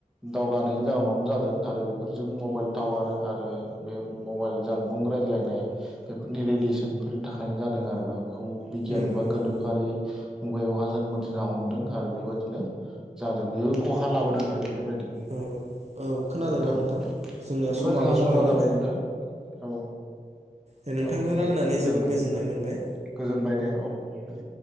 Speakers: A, in the centre; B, on the right.
A: दावगानायनि जाउनावनो जादों आरो बेफोरजों मबाइल टावार आरो बे मबाइल जानबुं रायज्लायनाय बेफोरनि रेडियेसनफोरनि थाखायनो जादों आरोना बेखौ बिगियान
B: नंगौ
A: बा
B: नंगौ
A: गोनोखोआरि मुगायावहा जों मोनथिना हमदों आरो बेबायदिनो जादों बेबो खहा लाबोदों आरो बे फोरबायदि
B: औ औ खोनादोंना
A: नोंथां
B: जोंनिया
A: बिदिबा
B: समाबो
A: जोंहा
B: जाबायमोन
A: समा जाबाय नोंथां औ
B: दे नोंथांजों
A: औ
B: रायलायनानै
A: दे
B: जोबोद
A: दोनबाय
B: गोजोननाय
A: बिदिबा
B: मोनबाय
A: गोजोनबाय दे औ दे।